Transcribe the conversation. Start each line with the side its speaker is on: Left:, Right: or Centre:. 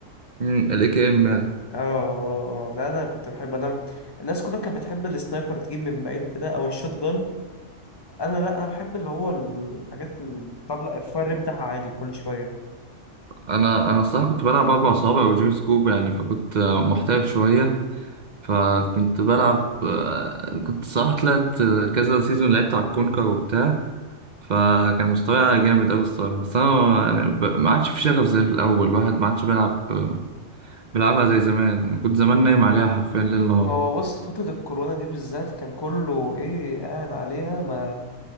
Right: امم الاي كي ام
Left: اه اه اه لا انا كنت بحب انا الناس كلها كانت بتحب السنايبر تجيب من بعيد كده او الشوت جان انا لا انا بحب اللي هو الحاجات اللي بتطلع الفاير ريت بتاعها عالي كل شويه
Right: انا انا الصراحه كنت بلعب اربع صوابع وجيم سكوب يعني فكنت آه، محترف شويه فكنت بلعب آه، كنت صراحه طلعت آه، كذا سيزون لعبت على الكونكر وبتاع فكان مستواي جامد قوي الصراحه بس انا يعني ب- ما عادش في شغف زي الاول الواحد ما عادش بيلعب آه، بيلعبها زي زمان يعني كنت زمان نايم عليها حرفيا ليل نهار
Left: ما هو بص فترة الكورونا دي بالذات كان كله ايه قاعد عليها ما